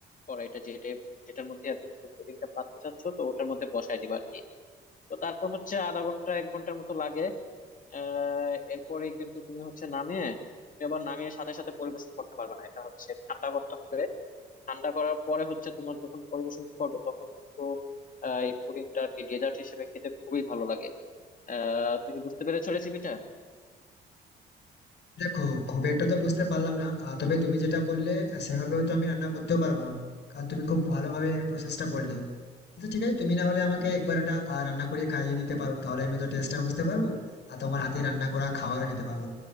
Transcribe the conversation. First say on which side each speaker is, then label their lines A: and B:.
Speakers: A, on the left; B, on the left.
A: কড়াইটা যেটা যেটার মধ্যে আর কি তুমি পুডিংটা পাততে চাচ্ছ তো ওটার মধ্যে বসায় দিবা আর কি তো তারপর হচ্ছে আধা ঘন্টা এক ঘন্টার মতো লাগে আহ এরপরে কিন্তু তুমি হচ্ছে নামিয়ে তুমি আবার নামিয়ে সাথে সাথে পরিবেশন করতে পারবে না এটা হচ্ছে ঠান্ডা করতে হবে ঠান্ডা করার পরে হচ্ছে তোমার যখন পরিবেশন করবে তখন কিন্তু আহ, এই পুডিংটা আর কি ডেজার্ট হিসেবে খেতে খুবই ভালো লাগে আহ তুমি কি বুঝতে পেরেছো রেসিপিটা
B: দেখো খুব একটা তো বুঝতে পারলাম না আহ, তবে তুমি যেটা বললে আহ, সেভাবে হয়তো আমি রান্না করতেও পারবো না কারণ তুমি খুব ভালোভাবে প্রসেসটা বললে আচ্ছা ঠিক আছে তুমি না হলে আমাকে একবার এটা আহ, রান্না করে খাইয়ে দিতে পারো তাহলে আমি তো টেস্টটা বুঝতে পারবো আর তোমার হাতে রান্না করা খাবারও খেতে পারবো